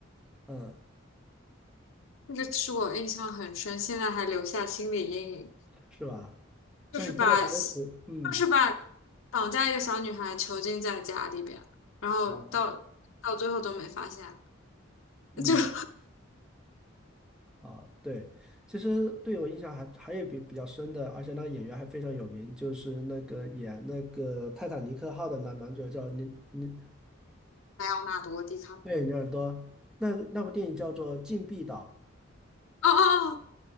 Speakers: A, in the centre; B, on the left.
A: 嗯，
B: 那个是我印象很深，现在还留下心理阴影。
A: 是吧？
B: 就是把就是把
A: 那你说的小组，嗯
B: 绑架一个小女孩囚禁在家里边，然后到到最后都没发现，
A: 哦，嗯。
B: 就 <laughs>
A: 啊，对，其实对我印象还还有比比较深的，而且那个演员还非常有名，就是那个演那个《泰坦尼克号》的男男主角叫尼尼，
B: 莱昂纳多·迪卡，哦
A: 对，尼尔多。那那部电影叫做《禁闭岛》。
B: 哦哦，